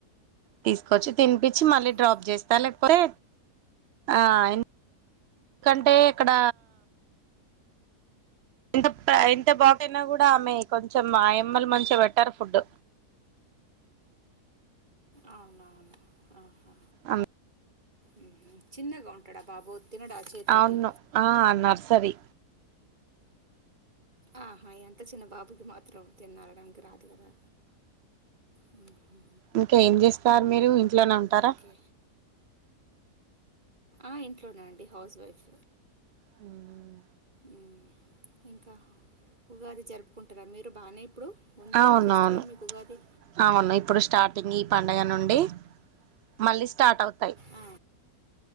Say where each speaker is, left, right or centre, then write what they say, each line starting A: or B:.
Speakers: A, on the right (about 85°); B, on the right (about 30°).
A: తీసుకొచ్చి తినిపించి మళ్ళీ డ్రాప్
B: ఆ,
A: చేస్తా లేకపోతే ఆ ఎన్ కంటే అక్కడ ఎంత ఎంత బాకయినా కూడా ఆమె కొంచెం ఆయమ్మలు మంచి పెట్టారు ఫుడ్
B: అవునువును ఆహా
A: అమ్
B: మ్మ్ చిన్నగా ఉంటాడా బాబు తినడా చేతితోటి
A: అవును ఆ నర్సరి
B: ఆహా ఎంత చిన్న బాబుకి మాత్రం తిన్నారడానికి రాదు కదా హ్మ్ హు
A: ఇంకా ఏమి చేస్తారు మీరు ఇంట్లోనే ఉంటారా
B: ఓకే ఆ ఇంట్లోనే అండీ హౌస్ వైఫ్
A: హ్మ్
B: మ్మ్ ఇంకా ఉగాది జరుపుకుంటారా మీరు బానే ఇప్పుడు ఉంది
A: అవునవును
B: కదా ఫెస్టివల్ మీకు ఉగాది
A: అవును ఇప్పుడు స్టార్టింగ్ ఈ పండుగ నుండి మళ్ళీ స్టార్ట్ అవుతు తయి
B: ఆ,